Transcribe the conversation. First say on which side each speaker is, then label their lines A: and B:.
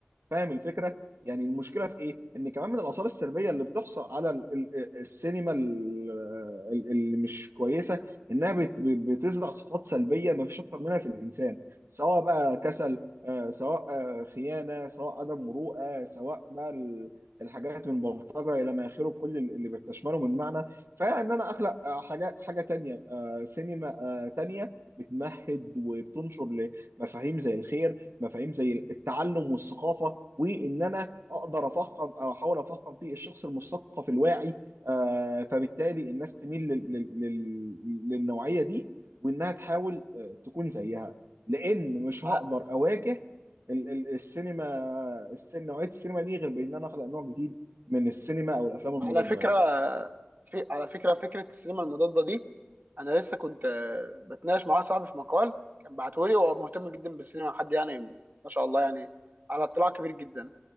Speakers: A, on the right; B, on the right.
A: فاهم الفكره يعني المشكله في ايه ان كمان من الاثار السلبيه اللي بتحصل على ال- ال- السينما ال- ال- اللي مش كويسه انها بت- بتزرع صفات سلبيه ما فيش اكتر منها في الانسان سواء بقى كسل آه، سواء آه، خيانه سواء عدم مروءه سواء بقى ال- الحاجات من بلطجه الى ما اخره كل اللي بتشمله
B: مم.
A: من معنى فان انا اخلق آه، حاجه حاجه تانيه آه، سينما آه، تانيه بتمهد وبتنشر لمفاهيم زي الخير مفاهيم زي التعلم والثقافه وان انا اقدر افخم او احاول افخم في الشخص المثقف الواعي آه، فبالتالي الناس تميل لل- لل- لل- للنوعيه دي وانها تحاول آه، تكون زيها لان مش
B: ع-
A: هقدر اواجه ال- ال- السينما السين- نوعيه السينما دي غير بان انا اخلق نوع جديد من السينما او الافلام المضاده
B: على فكره
A: يعني
B: في على فكره فكره السينما المضاده دي انا لسه كنت آه، بتناقش مع واحد صاحبي في مقال كان بعته لي وهو مهتم جدا بالسينما حد يعني ما شاء الله يعني على اطلاع كبير جدا